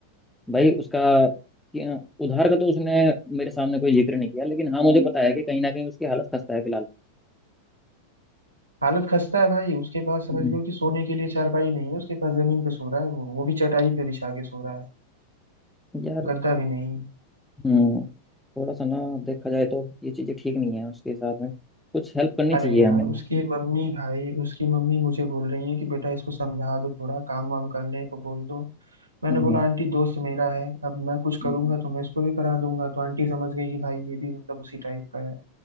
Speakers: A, in the centre; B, on the right (about 80°).
A: भाई उसका कि- उधार का तो उसने मेरे सामने कोई जिक्र नहीं किया लेकिन हाँ मुझे पता है कि कहीं ना कहीं उसकी हालत खस्ता है फिलहाल
B: हालत खस्ता है भाई उसके पास समझ
A: हम्म।
B: लो कि सोने के लिए चारपाई नहीं है उसके पास जमीन पे सो रहा है वो वो भी चटाई पे बिछा के सो रहा है
A: यार
B: गद्दा भी नहीं
A: हम्म थोड़ा सा ना देखा जाए तो ये चीजें ठीक नहीं है उसके साथ में कुछ हेल्प करनी
B: अरे
A: चाहिए
B: यार
A: हमें यार
B: उसकी मम्मी भाई उसकी मम्मी मुझे बोल रही है कि बेटा इसको समझा दो थोड़ा काम वाम करने को बोल दो मैंने
A: हम्म
B: बोला आंटी दोस्त मेरा है अब मैं कुछ करूंगा
A: हम्म
B: तो मैं इसको भी करा दूंगा तो आंटी समझ गई कि भाई ये भी मतलब उसी टाइप का है